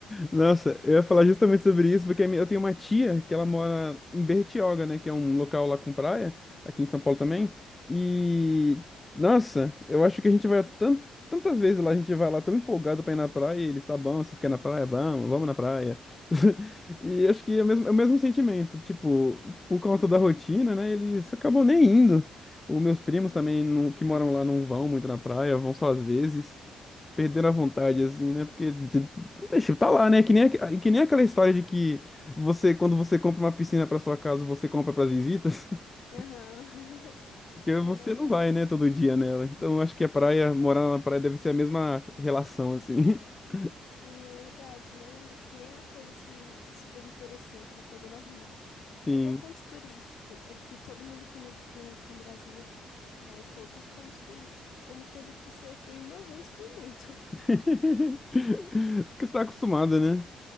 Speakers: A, on the left; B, on the left.
A: Nossa, eu ia falar justamente sobre isso, porque a minha- eu tenho uma tia que ela mora em Bertioga, né? Que é um local lá com praia, aqui em São Paulo também. E, nossa, eu acho que a gente vai tan- tantas vezes lá, a gente vai lá tão empolgado pra ir na praia, e eles, tá bom, vocês querem ir na praia? Vamos, vamos na praia. <laughs> E acho que é o mesmo, é o mesmo sentimento, tipo, por conta da rotina, né? Eles acabam nem indo. Os meus primos
B: Uhum.
A: também, não- que moram lá, não vão muito na praia, vão só às vezes. Perderam a vontade, assim, né? Porque, de- deixa, tá lá, né? Que nem, aque- que nem aquela história de que você, quando você compra uma piscina pra sua casa, você compra pras visitas, <laughs>
B: Aham. <laughs>
A: porque
B: É
A: você
B: verdade.
A: não vai, né, todo dia nela. Então, acho que a praia, morar na praia deve ser a mesma relação, assim. <laughs>
B: Sim, é verdade. Nem, tipo, nem é uma coisa assim super interessante, é uma coisa normal.
A: Sim.
B: É igual ponto turístico. Aqui todo mundo quando vem aqui em Brasília vai em todos os pontos turísticos. É uma coisa que se eu fui uma vez foi muito. <laughs>
A: <laughs> Porque você tá acostumada, né?